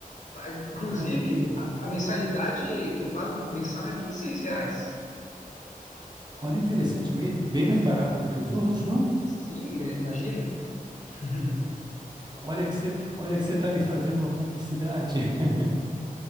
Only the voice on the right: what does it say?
Olha que legal.
Olha, interessante, meio- bem mais barato do que os outros, não?
Olha que você, olha que você está me fazendo uma publicidade. <laughs>